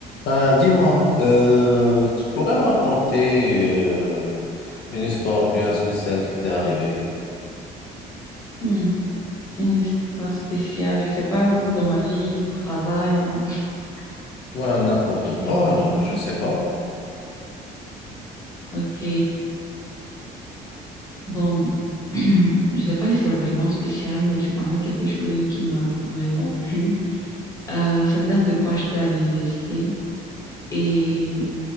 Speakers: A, on the left; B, on the left.
A: Ben, dis-moi, euh, tu pourrais me raconter euh, une histoire bien spéciale qui t'est arrivée?
B: Hmm, Une histoire spéciale. Je sais pas où dans ma vie, au travail, ou <laughs>
A: Ouais, n'importe
B: à
A: quoi,
B: quel
A: euh,
B: endroit.
A: je sais pas.
B: Ok. Bon, <clears throat> je sais pas si c'est vraiment spécial, mais c'est quand même quelque chose qui m'a vraiment plu. Euh, ça date de quand j'étais à l'université et